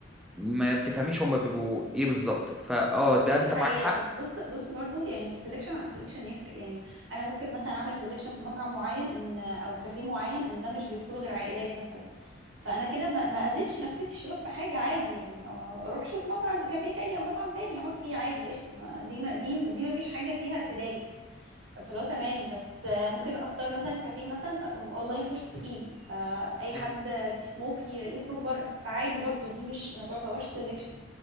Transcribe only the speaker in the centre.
ما بتفهميش هما بيبقوا ايه بالظبط فاه ده
انت
معاك حق
مم،